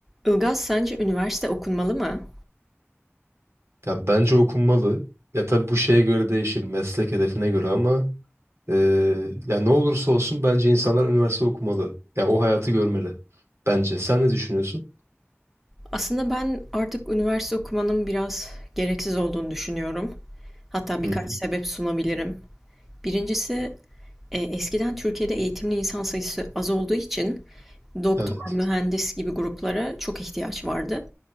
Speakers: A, in the centre; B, on the right (about 75°).
A: Ilgaz, sence üniversite okunmalı mı?
B: Ya bence okunmalı. Ya tabii bu şeye göre değişir, meslek hedefine göre ama eee, ya ne olursa olsun bence insanlar üniversite okumalı. Ya o hayatı görmeli. Bence. Sen ne düşünüyorsun?
A: Aslında ben artık üniversite okumanın biraz gereksiz olduğunu düşünüyorum. Hatta birkaç
B: Hı hı.
A: sebep sunabilirim. Birincisi, e, eskiden Türkiye'de eğitimli insan sayısı az olduğu için doktor,
B: Evet.
A: mühendis gibi gruplara çok ihtiyaç vardı.